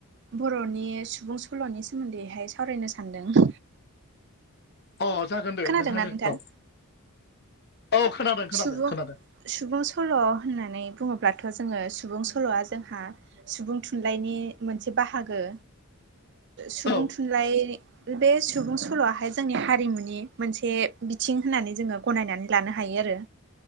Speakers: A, on the right; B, on the left.
A: बर'नि सुबुं सल'नि सोमोन्दैहाय सावरायनो सान्दों।
B: अ जागोन दे
A: खोनादोंना
B: दे
A: नोंथां?
B: औ औ खोनादों खोनादों
A: सुबुं
B: खोनादों
A: सुबुं सल' होननानै बुङोब्लाथ' जोङो सुबुं सल'आ जोंहा सुबुं थुनलाइनि मोनसे बाहागो सुबुं
B: औ
A: थुनलाइ बे सुबुं सल'आहाय जोंनि हारिमुनि मोनसे बिथिं होननानै जोङो गनायनानै लानो हायो आरो